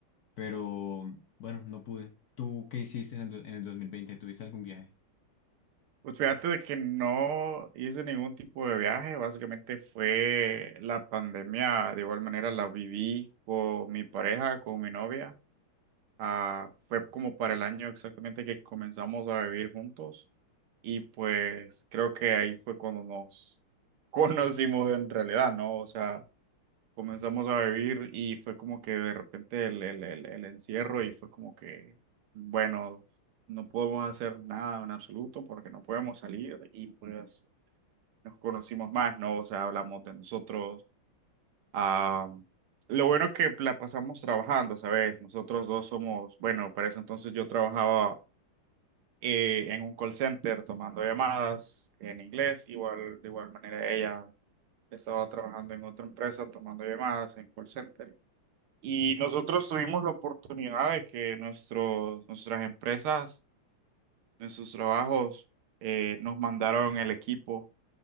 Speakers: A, on the left; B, on the right.
A: Pero bueno, no pude. ¿Tú qué hiciste en el, do- en el dos mil veinte ¿Tuviste algún viaje?
B: Pues fíjate de que no hice ningún tipo de viaje, básicamente fue la pandemia, de igual manera la viví con mi pareja, con mi novia. Ah, fue como para el año exactamente que comenzamos a vivir juntos y pues creo que ahí fue cuando nos <laughs> conocimos en realidad, ¿no? O sea, comenzamos a vivir y fue como que de repente el, el, el, el encierro y fue como que, bueno, no podemos hacer nada en absoluto porque no podemos salir y pues nos conocimos más, ¿no? O sea, hablamos de nosotros. ah, lo bueno es que la pasamos trabajando, ¿sabes? Nosotros dos somos, bueno, para eso entonces yo trabajaba eh, en un call center tomando llamadas en inglés, igual, de igual manera ella estaba trabajando en otra empresa tomando llamadas en call center. Y nosotros tuvimos la oportunidad de que nuestros, nuestras empresas, nuestros trabajos, eh, nos mandaron el equipo